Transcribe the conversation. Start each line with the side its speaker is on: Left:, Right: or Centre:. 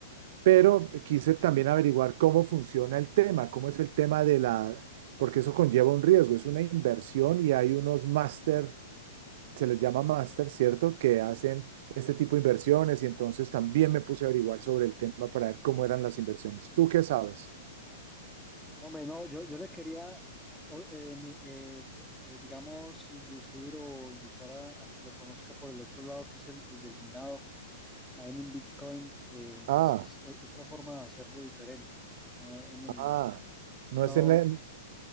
Right: Pero quise también averiguar cómo funciona el tema, cómo es el tema de la, porque eso conlleva un riesgo, es una inversión y hay unos máster se les llama máster, ¿cierto? Que hacen este tipo de inversiones y entonces también me puse a averiguar sobre el tema para ver cómo eran las inversiones. ¿Tú qué sabes?
Centre: Hombre, no, yo, yo le quería, ah, o- eh, me- eh, pro- eh, digamos, inducir o invitar a, a que lo conozca por el otro lado, que es el, el del minado. Mining Bitcoin eh,
Right: Ah,
Centre: es, es o- otra forma de hacerlo diferente. No en el,
Right: ah,
Centre: es
Right: no
Centre: un lado,
Right: es en la...